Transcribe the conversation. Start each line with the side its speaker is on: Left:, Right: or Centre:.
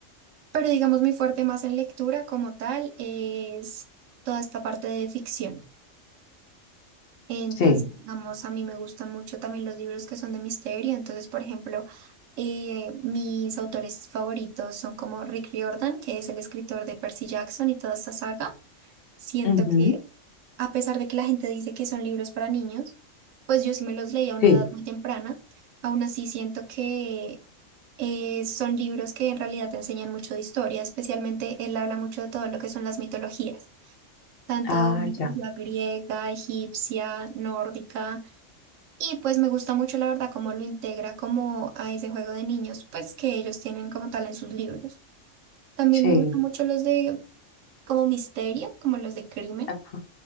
Right: Pero digamos, mi fuerte más en lectura como tal es toda esta parte de ficción. Entonces,
Left: Sí,
Right: digamos, a mí me gustan mucho también los libros que son de misterio. Entonces, por ejemplo, eh, mis autores favoritos son como Rick Riordan, que es el escritor de Percy Jackson y toda esta saga. Siento
Left: Ujú,
Right: que a pesar de que la gente dice que son libros para niños, pues yo sí me los leí a una
Left: sí,
Right: edad muy temprana. Aún así siento que eh, son libros que en realidad te enseñan mucho de historia, especialmente él habla mucho de todo lo que son las mitologías, tanto
Left: ah,
Right: mitología
Left: ya,
Right: griega, egipcia, nórdica, y pues me gusta mucho la verdad cómo lo integra como a ese juego de niños, pues que ellos tienen como tal en sus libros. También
Left: sí,
Right: me gustan mucho los de como misterio, como los de crimen.
Left: ajá.